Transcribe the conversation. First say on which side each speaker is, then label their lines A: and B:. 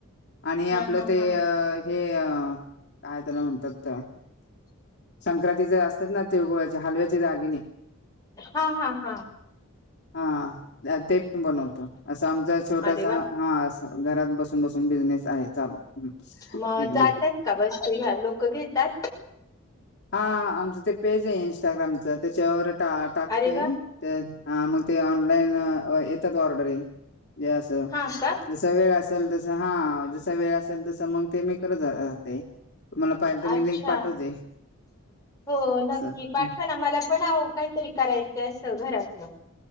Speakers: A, on the left; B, on the left.
A: आणि आपलं
B: हा हा
A: ते
B: हा
A: अं. हे अं काय त्याला म्हणतात. संक्रांतीचे असतात ना तिळगुळयाचे हलव्याचे दागिने.
B: हा हा हा.
A: हा. ते पण बनवत असं आमचा छोटासा
B: अरे वा
A: हा अस घरात बसून बसून बिझनेस. आहे चालू. हं.
B: मग
A: एकदम
B: जातात का वस्तू ह्या लोक घेतात.
A: हा आमचं ते पेज. ते इंस्टाग्रामच त्याच्यावर टा टाकते
B: अरे वा
A: ते हा मग ते ऑनलाईन. होय येतात ऑर्डरी ज असं
B: हा का
A: जस वेळ अस. असल तस हा जसा वेळ असेल तस मग ते मी करत राहते तुम्हाला पाहिलं तर
B: अच्छा
A: मी लिंक पाठवते.
B: हो नक्की
A: असं
B: पाठवा ना मला पण काहीतरी करायचं असं घरातन